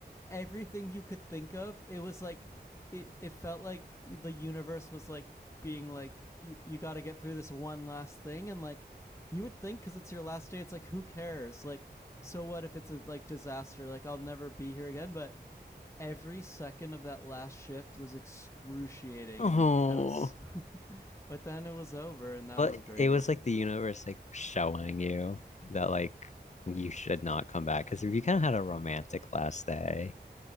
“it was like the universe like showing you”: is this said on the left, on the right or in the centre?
Left